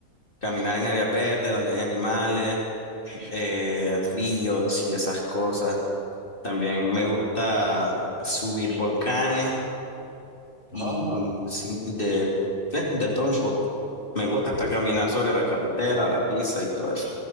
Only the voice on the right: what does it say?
Ah,
o- pe-